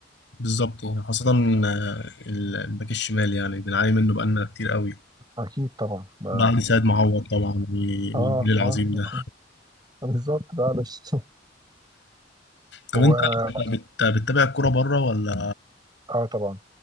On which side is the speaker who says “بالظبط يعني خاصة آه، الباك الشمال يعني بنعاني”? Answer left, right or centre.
Left